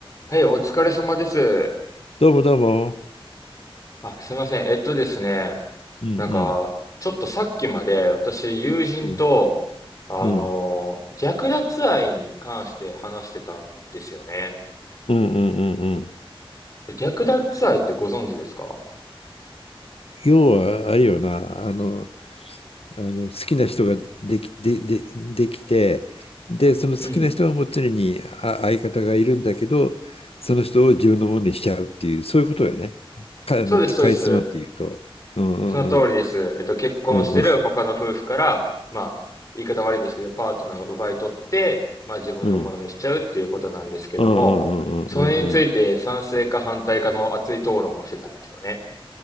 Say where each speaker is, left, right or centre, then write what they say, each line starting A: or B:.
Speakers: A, on the left; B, on the left.
A: はい、お疲れ様です。
B: どうもどうも。
A: あ、すいません。えっとですね、
B: うん
A: なんか、ちょっとさっきまで私、友人と、
B: うん、
A: あの、
B: うん。うん
A: 略奪愛に関して話してたんですよね。
B: うんうんうんうん。
A: 略奪愛ってご存知ですか
B: 要は、あれよな、あの、あの好きな人ができ、で、で、できて、で、その好きな人はもう常にあ相方がいるんだけど、
A: うん。
B: その人を自分のものにしちゃうっていう、そういうことよね。か、あの、
A: そうです、
B: かいつまんで言うと。
A: そうです。
B: うんうんうん。
A: その通りです。えっと、結婚してる他の夫婦から、
B: うんうん
A: まあ、言い方悪いですけど、パートナーを奪い取って、まあ自分のものにしちゃうっていうことなんですけども、
B: うんうんうんうんうんうんうんうん
A: それについて賛成か反対かの熱い討論をしてたんですよね。